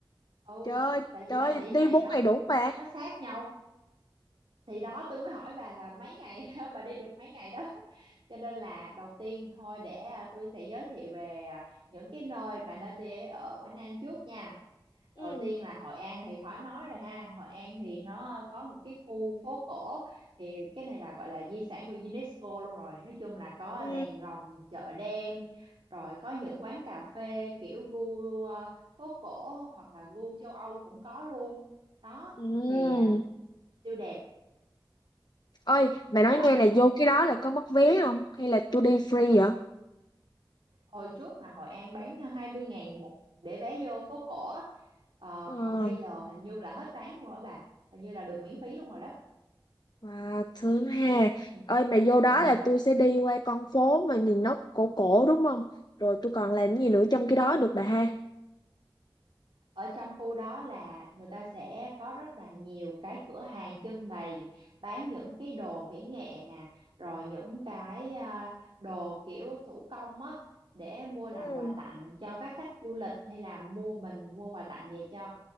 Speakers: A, on the right; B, on the left.
A: ừ
B: Trời ơi,
A: tại
B: trời
A: vì ba
B: ơi,
A: điểm
B: đi
A: này
B: 4
A: nó
B: ngày đủ không bà.
A: nó sát nhau thì đó tôi mới hỏi bà là mấy ngày <laughs> bà đi được mấy ngày đó cho nên là đầu tiên thôi để à, tôi sẽ giới thiệu về à, những cái nơi bà nên đi ở Quảng Nam trước nha
B: Ừ.
A: đầu tiên là Hội An thì khỏi nói rồi ha Hội An thì nó có một cái khu phố cổ thì cái này là gọi là di sản của UNESCO luôn rồi nói chung là có
B: Ừ.
A: đèn lồng chợ đêm rồi có những quán cà phê kiểu gu à, phố cổ hoặc là gu châu Âu cũng có luôn đó
B: Ừ.
A: thì à, siêu đẹp
B: Ôi, bà nói
A: đó
B: nghe này, vô cái đó là có mất vé không? Hay là tôi đi free vậy?
A: hồi trước là Hội An bán hai mươi ngàn một để vé vô phố cổ á. Ờ,
B: Ờ.
A: còn bây giờ hình như là hết bán luôn rồi bà hình như là được miễn phí luôn rồi đó
B: Wow, thương hà,
A: ừ.
B: Ơi mà vô đó
A: Ừ.
B: là tôi sẽ đi qua con phố mà nhìn nó cổ cổ đúng không? Rồi tôi còn làm gì nữa trong cái đó được bà ha?
A: ở trong khu đó là người ta sẽ có rất là nhiều cái cửa hàng trưng bày bán những cái đồ mỹ nghệ nè rồi những cái à, đồ kiểu thủ công á để mua
B: Ừ.
A: làm quà tặng cho các khách du lịch hay là mua mình mua quà tặng về cho